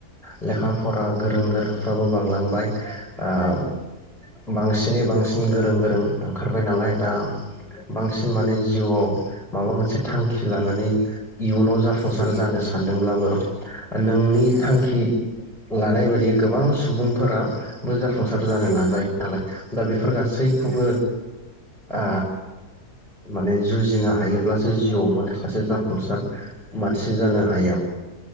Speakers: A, in the centre; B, on the left.
A: लेखा फरा गोरों गोराफ्राबो बांलांबाय ओ बांसिनै बांसिन गोरों गोरों ओंखारबाय नालाय दा बांसिन माने जिउआव माबा मोनसे थांखि लानानै इयुनाव जाफुंसार
B: उम
A: जानो सानदोंब्लाबो नोंनि
B: उम
A: थांखि लानाय बायदि गोबां सुबुंफोराबो जाफुंसार जानो
B: उम
A: नाजायो नालाय दा बेफोर गासैखौबो
B: उम
A: ओ माने जुजिनो हायोब्लासो जिउआव माने सासे जाफुंसार मानसि जानो हायो।